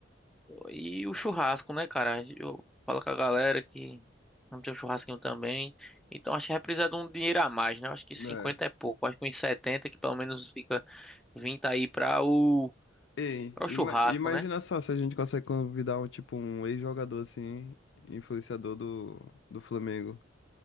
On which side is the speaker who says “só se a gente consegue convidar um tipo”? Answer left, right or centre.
Left